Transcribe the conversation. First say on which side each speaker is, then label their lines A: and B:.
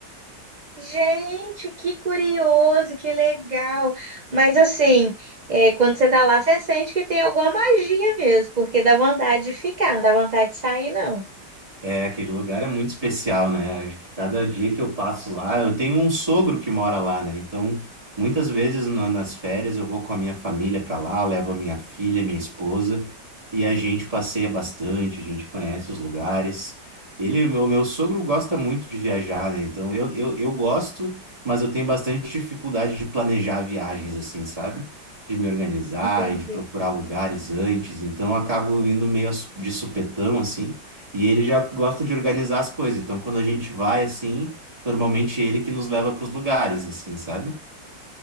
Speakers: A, on the right; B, on the right.
A: Gente, que curioso, que legal. Mas assim, é, quando você tá lá, você sente que tem alguma magia mesmo, porque dá vontade de ficar, não dá vontade de sair, não.
B: É, aquele lugar é muito especial, né? Acho que cada dia que eu passo lá, eu tenho um sogro que mora lá, né? Então, muitas vezes na- nas férias eu vou com a minha família para lá, levo a minha filha, minha esposa, e a gente passeia bastante, a gente conhece os lugares. Ele, o meu, sogro gosta muito de viajar, né? Então, eu, eu, eu gosto, mas eu tenho bastante dificuldade de planejar viagens assim, sabe? De me organizar
A: Entendi.
B: e de procurar lugares antes. Então, eu acabo indo meio a su- de supetão, assim. E ele já gosta de organizar as coisas. Então, quando a gente vai assim, normalmente é ele que nos leva para os lugares, assim, sabe?